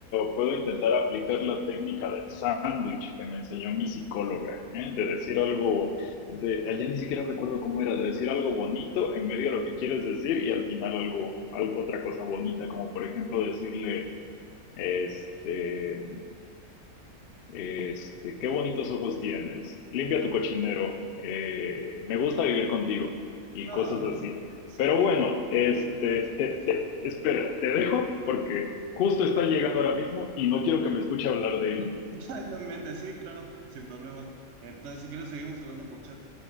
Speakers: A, on the left (about 80°); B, on the right (about 55°).
A: puedo intentar aplicar la técnica del sándwich que me enseñó mi psicóloga, ¿eh? De decir algo, de, allá ni siquiera recuerdo cómo era, de decir algo bonito en medio de lo que quieres decir y al final algo, algo otra cosa bonita, como por ejemplo decirle, este... Este, qué bonitos ojos tienes. Limpia tu cochinero. eh, me gusta vivir contigo. Y
B: No,
A: cosas así.
B: sí,
A: Pero
B: no,
A: bueno,
B: se
A: este,
B: les han hecho
A: te-
B: en esta.
A: te- espera, te dejo porque justo está llegando ahora mismo y no quiero que me escuche hablar de él.
B: <laughs> Ay, no inventes, sí, claro, sin problema. Entonces, si quieres, seguimos hablando por chat.